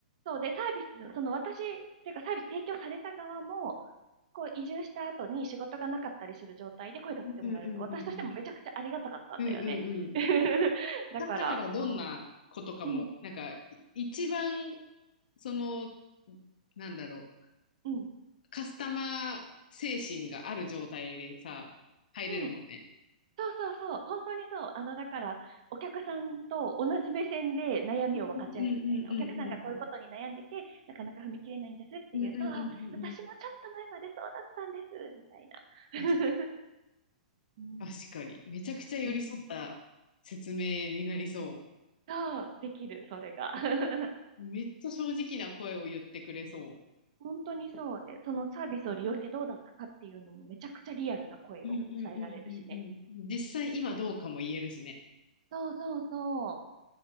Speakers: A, on the right (about 45°); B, on the left (about 65°).
A: そうで、サービス、その私、っていうかサービス提供された側も、こう移住した後に仕事がなかったりする状態で声かけてもらえると、
B: うんうんうんうん
A: 私としてもめちゃくちゃありがたかったんだよね。
B: うんうんうんうん。
A: <laughs> だから、
B: かったからどんなことかもなんかい一番
A: あの、うん、
B: そのなんだろ
A: うん、
B: う、カスタマー精神がある状態でさ、入れるもんね。
A: うん。そうそうそう、本当にそう。あの、だから、お客さんと同じ目線で悩みを分かち合えるみたいな。
B: うんうんうんうんうん
A: お客さんがこういうことに悩んでて、なかなか踏み切れないんですっていうと、
B: うんうんうんうんうん
A: あ私もちょっと前までそうだったんです、みたいな。<laughs>
B: うん。
A: うん、
B: 確かに。めちゃくちゃ寄り添った説明になりそ
A: うんそう、できる、それが。<laughs>
B: う。めっちゃ正直な声を言ってくれそ
A: 本当にそうで、そのサービスを利用してどうだったかっていうのもめちゃくちゃリアルな声を伝えられるしね。
B: う。うんうんうんうんうん。実際今どうかも言えるしね。
A: そうそうそう。